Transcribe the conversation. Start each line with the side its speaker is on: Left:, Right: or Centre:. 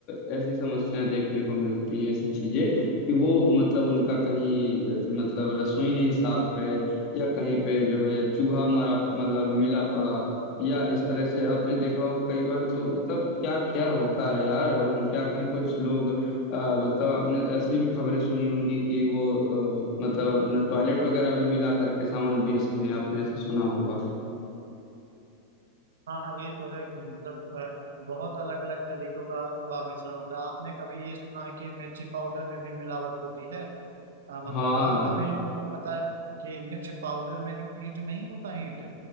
Left: अ, ऐसी समस्याएं देखने को मिलती हैं ऐसी चीजें कि वो मतलब उनका कहीं अ, मतलब रसोई नहीं साफ है या कहीं पे जो है चूहा मरा मतलब मिला पड़ा या इस तरह से आपने देखा हो कई बार तो मतलब क्या क्या होता है यार अब हम क्या कहें कुछ लोग आ, मतलब आपने ऐसी भी खबरें सुनी होंगी कि वो अ, मतलब अपना टॉयलेट वगैरह भी मिला करके सामान बेचते हैं आपने ऐसा सुना होगा
Right: हाँ ये तो है कि मतलब अ, बहुत अलग अलग तरीकों का अ, मिश्रण होता है आपने कभी ये सुना है कि मिर्ची पाउडर में भी मिलावट होती है अ, मतलब
Left: हाँ
Right: बहुत कम ही लोगों को पता है कि मिर्च पाउडर में जो ईंट नहीं होता ईंट